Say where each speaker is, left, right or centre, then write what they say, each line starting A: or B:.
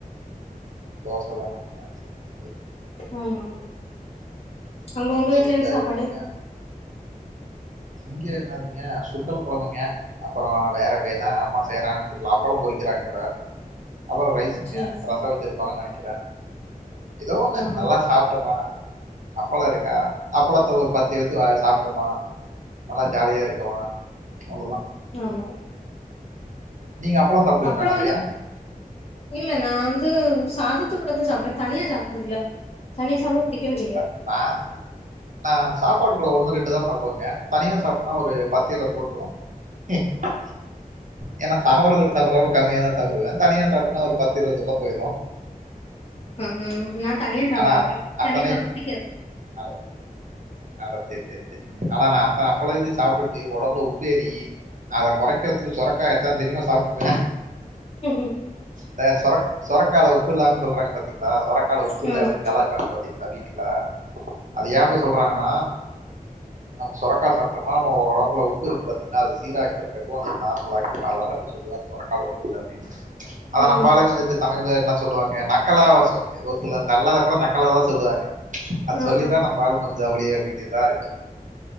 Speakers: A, on the right (about 60°); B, on the left (about 40°).
A: தோசதானங்க சேரிங்க சேரிங்க
B: ஆமா ஆமா அங்க உங்க வீட்ல
A: என்ஜாய்
B: என்ன சாப்பாடு
A: பண்ணுங்க இங்க என்னதுங்க சுண்டல் கொழம்புங்க அப்பறோ வேற இப்ப என்ன அம்மா செய்யறாங்க தெர்ல அப்பளோ பொறிக்கிறாங்க இப்ப அப்பறோ ரைஸ் ஸுங்க
B: சேரி சேரி
A: ரசோ வச்சிருப்பாங்கன் நனைக்கிற ஏதோ ஒண்ணு
B: ஆ
A: நல்லா சாப்டோமா அப்பல்ளோ இருக்கா அப்பளத்த ஒரு பத்து எடுத்து வ சாப்ட்டமா நல்லா ஜாலியா இருக்கமா அவ்ளோதா
B: ஆமா
A: நீங்க அப்பளோ சாப்டுவீங்ளா
B: அப்பளோ
A: நறையா
B: வந்து இல்ல நா வந்து சாதத்து கூட தா சாப்டுவே தனியா சாப்ட்டதுல்ல தனியா சாப்ட புடிக்கவு செய்யாது
A: டங் நா நா சப்பாடு கூட ஒண்ணு ரெண்டுதா சாப்டுவங்க தனியா சாப்டனா ஒரு பத்து இருவது போட்ருவ க ஏனா சாப்பாடு கூட சாப்பட்றது கம்மியதா சாப்டுவ தனியா சாப்டனா ஒரு பத்து இருவது உள்ள போயிரு
B: அஹு நா தனியா சாப்ட
A: ஆனா
B: மாட்ட
A: அத் அத்தனை
B: தனியா சாப்ட புடிக்காது
A: <unintelligible> ஆட செரி செரி செரிங்க ஆனா நா அத்தன அப்பளத்தயு சாப்ட்டுட்டு ஒடம்புல உப்பேறி அத கொறைக்கறதுக்கு சொரக்கா எத்தன தெரியுமா சாப்டுவ
B: ம் கு
A: இந்த சொரக் சொரக்கால உப்புலன்னு சொல்றாங்க பாத்தீங்ளா சொரக்கால
B: ம்
A: உப்பில்ல
B: ஆமா
A: கலா ய்க்றாங்க பாத்தீங்ளா வீட்ல அது ஏ அப்டி சொல்றாங்கனா நம்ம சொரக்கா சாப்டமா நம்ப ஒடம்புல உப்பு இருக்கு பாத்தீங்கன்னா அது சீராக்கிரு ரெட்வாம்ஸ் நார்மலாக்கிரு அதனால சொல்லுவாங்க சொரக்கால உப்பு இல்ல அப்டின்ட்டு அத நம்மாளுங்க
B: ஆமா
A: வந்துட்டு தமிழ்ல என்ன சொல்லுவாங்க நக்கலா ஒரு சிலர் நல்லத கூட நக்கலாதா சொல்லுவாங்க அது
B: ஆ
A: சொல்லிதா நம்ப ஆளுங் கொஞ்சோ அப்டியே அப்டி இப்டிதா இருக்கு